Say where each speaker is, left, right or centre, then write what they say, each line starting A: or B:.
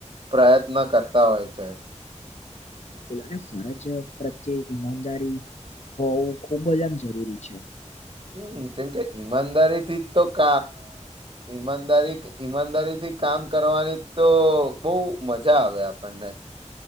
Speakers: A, on the right (about 45°); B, on the left (about 65°).
A: પ્રયત્ન કરતા હોય છે.
B: બિલકુલ અને ફરજ પ્રત્યેય ઈમાનદારી હો ખૂબ જ આમ જરૂરી છે.
A: હમ કેમકે ઈમાનદારી થી તો ક ઈમાનદારી ઈમાનદારીથી કામ કરવાની તો બહ મજા આવે આપણને.